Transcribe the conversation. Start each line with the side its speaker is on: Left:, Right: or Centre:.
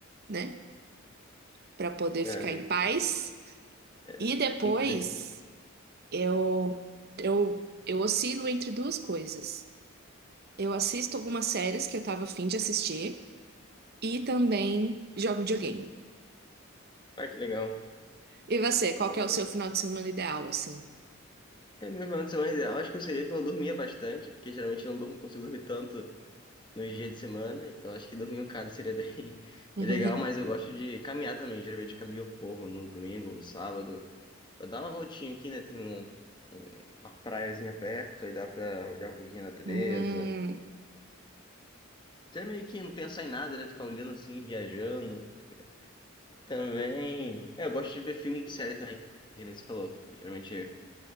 Right: né? Pra poder
Left: É,
Right: ficar
Left: tem,
Right: em paz.
Left: é,
Right: E depois
Left: tem que, tem que.
Right: eu, eu, eu oscilo entre duas coisas. Eu assisto algumas séries que eu tava afim de assistir e também jogo videogame.
Left: Ah, que legal.
Right: E você, qual
Left: Agora,
Right: que é o seu final de semana ideal, assim?
Left: É, meu final de semana ideal, acho que eu seria que eu dormia bastante, porque geralmente eu não durmo, consigo dormir tanto nos dias de semana, então acho que dormir um cara seria bem <laughs>
Right: <laughs>
Left: legal, mas eu gosto de caminhar também, geralmente eu caminho eu corro no domingo, ou no sábado. Pra dar uma voltinha aqui, né? Tem um, um- uma praiazinha perto, aí dá pra olhar um pouquinho a natureza.
Right: Hum.
Left: Até meio que não pensar em nada, né? Ficar olhando assim, viajando. E também. É, eu gosto de ver filme e série também, que nem você falou. Eu geralmente.